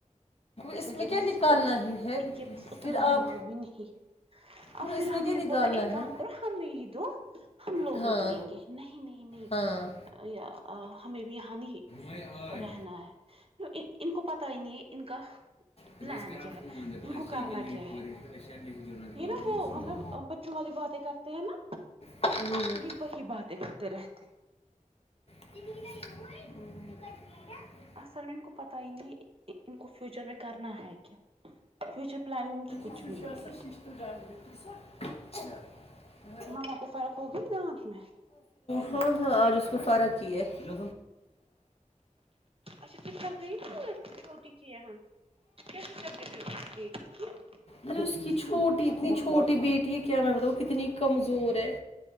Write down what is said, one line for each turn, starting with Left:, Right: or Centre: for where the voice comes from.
Left: اس
Right: ان
Left: میں
Right: کے
Left: کیا
Right: پاس
Left: نکالنا
Right: ا
Left: ہی ہے
Right: ان کے پاس اتنا
Left: پھر آپ
Right: دماغ بھی نہیں ہے اور
Left: بولو اس
Right: پھر
Left: میں
Right: ہم
Left: کیا
Right: نے
Left: نکالنا
Right: بولا ایک کام
Left: ہے
Right: کرو ہمیں یہ دو ہم لوگ
Left: ہاں
Right: ن لیں گے نہیں نہیں نہیں
Left: ہاں
Right: ہمیں بھی ہانی
Left: مے آے
Right: رہنا ہے ان کو پتا ہی نہیں ہے ان کا
Left: تمس
Right: پلان
Left: کرران
Right: کیا ہے
Left: فون دپان
Right: ان کو
Left: اے
Right: کرنا
Left: یہے نٹ
Right: کیا
Left: پوری
Right: ہے
Left: <unintelligible> اسیشلی جو نگر
Right: یہ نا
Left: ب د
Right: وہ مطلب بچوں والی باتیں کرتے ہیں نا
Left: بسناؤ <unintelligible>
Right: یہ وہی بات اکٹھتے رہتے
Left: <unintelligible>
Right: اصل میں ان کو پتہ ہی نہیں ان کو فیوچر میں کرنا ہے کیا فیوچر پلاننگ کی کچھ
Left: سو
Right: بھی نہیں
Left: ش آان
Right: ہے
Left: ششتور رج <unintelligible>
Right: ماما کو فرق ہوگیا ن دانت میں
Left: ہاں ہاں <unintelligible> آج اس کو فرق یہ ہے
Right: اچا ت گ ن چھوٹی ک <unintelligible>
Left: ارے اس کی چھوٹی اتنی چھوٹی بیٹی ہے کیا میں بتاؤ کتنی کمزور ہے